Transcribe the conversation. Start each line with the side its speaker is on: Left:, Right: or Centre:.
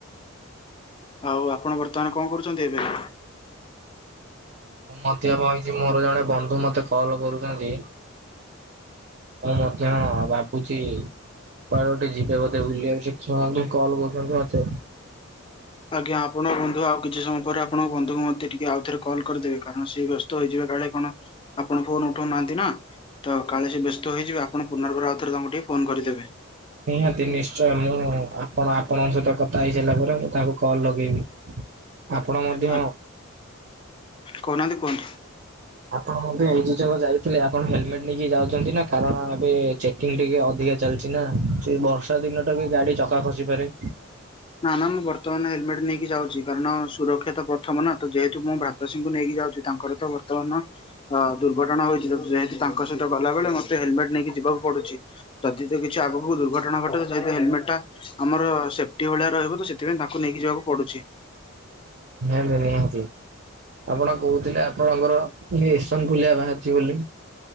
Left: ଆଉ ଆପଣ ବର୍ତ୍ତମାନ୍ କଣ କରୁଚନ୍ତି ଏବେ?
Right: ମୁଁ ମଧ୍ୟ ବଇଚି ମୋର ଜଣେ ବନ୍ଧୁ ମତେ କଲ କରୁଚନ୍ତି ହଁ ମଧ୍ୟ ଭାବୁଛି ବାାର ଗୋଟେ ଯିବେ ବୋଧେ ବୁଛୁଆ କଲ କରୁଛନ୍ତି ମତେ
Left: ଆଜ୍ଞା ଆପଣ ବନ୍ଧୁ ଆଉ କିଛି ସମୟ ପରେ ଆପଣଙ୍କ ବନ୍ଧୁଙ୍କୁ ମଧ୍ୟ ଟିକେ ଆଉଥରେ କଲ୍ କରିଦେବେ କାରଣ ସେଏ ବ୍ୟସ୍ତ। ତ ହେଇଯିବା କଳେ କଣ ଆପଣ ଫୋନ ଉଠାଉନାହାନ୍ତି ନା ତ କାଳେ ସେ ବ୍ୟସ୍ତ ହୋଇଯିବେ ଆପଣ ପୁନର୍ବାର ଆଉଥରେ ତାଙ୍କୁ ଟିକେ ଫୋନ କରିଦେବେ
Right: ନିହାତି ନିଶ୍ଚୟ ମୁଁ ଆପଣ ଆପଣଙ୍କ ସହିତ କଥା ହେଇସାରିଲା ପରେ ମୁଁ ତାଙ୍କୁ କଲ ଲଗେଇବି। ଆପଣ ମଧ୍ୟ
Left: ଆ କହୁନାହାନ୍ତି କୁହନ୍ତୁ
Right: ଆପଣ ମଧ୍ୟ ଏଇ ଯକ ଯାଇଥିଲେ ଆପଣ ହେଲମେଟ ନେଇକି ଯାଉଛନ୍ତି ନା କାରଣ ଏବେ ଚେକିଂ ଟିକେ ଅଧିକା ଚାଲିଛି ନା ସେ ବର୍ଷା ଦିନ ଟା ବି ଗାଡି ଚକା ଖସି ପାରେ
Left: ନା ନା ମୁଁ ବର୍ତ୍ତମାନ ହେଲମେଟ ନେଇକି ଯାଉଛି କାରଣ ସୁରକ୍ଷା ତ ପ୍ରଥମ ନା ତ ଯେହେତୁ ମୁଁ ଭ୍ରାତୃ ସିଂଙ୍କୁ ନେଇକି ଯାଉଛି ତାଙ୍କର ତ ବର୍ତ୍ତମାନ। ଅ ଦୁର୍ଘଟଣା ହୋଇଥିଲା ଯେହେତୁ ତାଙ୍କ ସହିତ ଗଲାବେଳେ ମତେ ହେଲମେଟ ନେଇକି ଯିବାକୁ ପଡୁଛି। ଯଦି ତ କିଛି ଆଗକୁ ଦୁର୍ଘଟଣା ଘଟେ ଯେହେତ ହେଲମେଟ ଟା ଆମର ସେ ଗଟି ଭଳିଆ ରହିବ ତ ସେଥିାଇଁ ତା ନେଇି ଯିବାକୁ ପଡୁଛି।
Right: ନଁ ନିହାତି। ଆପଣ କହୁଥିଲେ ଆପଣଙ୍କର ଏସନ ଫୁଲିଆ ବାହାରିଛି ବୋଲି